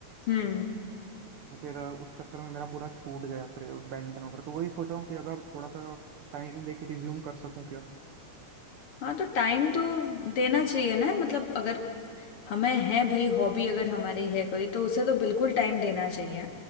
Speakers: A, on the left; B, on the right.
A: हम्म
B: तो फिर अ, उस चक्कर में मेरा पूरा छूट गया क्रे- बैडमिंटन वगैरह तो वही सोचा हूँ कि अगर थोड़ा सा टाइम दे के रिज्यूम कर सकूँ क्या
A: हाँ तो टाइम तो देना चाहिए ना मतलब अगर हमें है भाई हॉबी अगर हमारी है कोई तो उसे तो बिल्कुल टाइम देना चाहिए